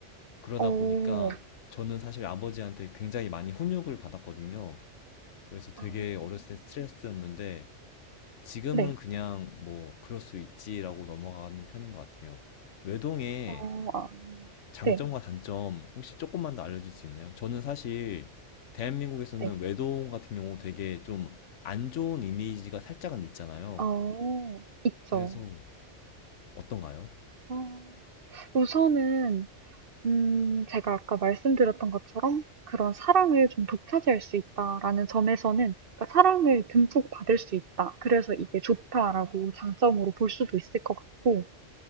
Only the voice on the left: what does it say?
그러다
보니까 저는 사실 아버지한테 굉장히 많이 훈육을 받았거든요. 그래서 되게
어렸을 때 스트레스였는데 지금은
그냥 뭐 그럴 수 있지라고 넘어가는 편인 것 같아요. 외동의
장점과
단점 혹시 조금만 더 알려줄 수 있나요? 저는 사실 대한민국에서는
외동 같은 경우 되게 좀 안 좋은 이미지가 살짝은 있잖아요.
그래서 어떤가요?